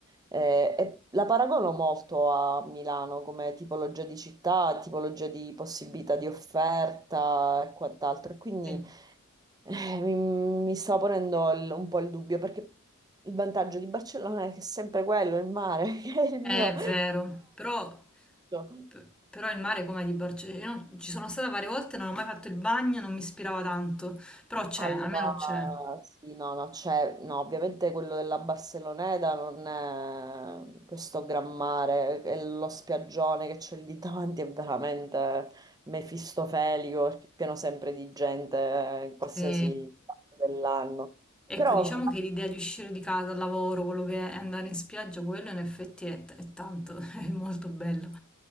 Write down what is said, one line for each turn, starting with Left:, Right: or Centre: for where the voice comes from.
Right: Eh, e la paragono molto a Milano come tipologia di città, tipologia di possibilità di offerta e quant'altro. E quindi
Centre: Sì.
Right: eh, mi, mi stava ponendo il- un po' il dubbio, perché il vantaggio di Barcellona è che è sempre quello, il mare, <laughs> che è il mio
Centre: È vero, però,
Right: grande.
Centre: p- però il mare come di Barcellona? Io non- ci sono stata varie volte, non ho mai fatto il bagno, non mi ispirava tanto, però c'è,
Right: Allora,
Centre: almeno c'è.
Right: sì, no, no, c'è, no, ovviamente quello della Barceloneta non è questo gran mare, è lo spiaggione che c'è lì <laughs> davanti è veramente mefistofelico, perché è pieno sempre di gente eh, in qualsiasi
Centre: Sì.
Right: parte dell'anno.
Centre: Ecco,
Right: Però
Centre: diciamo che l'idea di uscire di casa, al lavoro, quello che è andare in spiaggia, quello in effetti è, è tanto, <laughs> è molto bello.